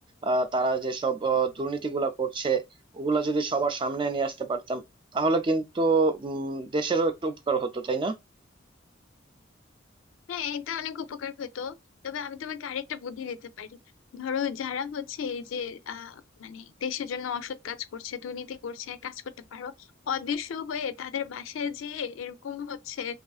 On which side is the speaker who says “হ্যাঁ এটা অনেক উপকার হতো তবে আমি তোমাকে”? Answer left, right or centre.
Left